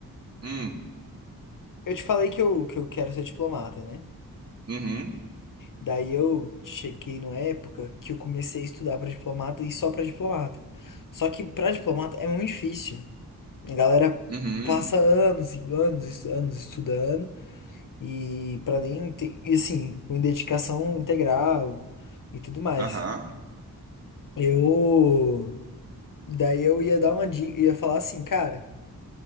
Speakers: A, on the right; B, on the left.
A: Hum,
B: Eu te falei que eu que eu quero ser diplomata, né?
A: uhum,
B: Daí eu cheguei numa época que eu comecei a estudar pra diplomata e só pra diplomata. Só que pra diplomata é muito difícil. A galera
A: uhum,
B: passa anos e anos, e anos estudando e para nem ter, e assim, com dedicação integral e tudo mais.
A: aham,
B: Eu daí eu ia dar uma dica, ia falar assim, cara,